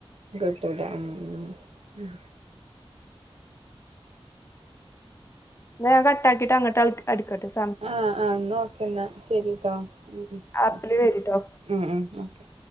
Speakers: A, on the right; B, on the left.
A: കിട്ടുല ഉ മ്
B: ന്നാ ഞാൻ കട്ടാക്കിട്ട് അങ്ങട്ട് അടിക്കട്ട
A: ആഹ ആ ഓക്കേ എന്നാ ശരിട്ടോ ഉ
B: ആപ്പില്
A: ഓെ
B: കേറിട്ടോ
A: ഉ ഉ ഓെകെ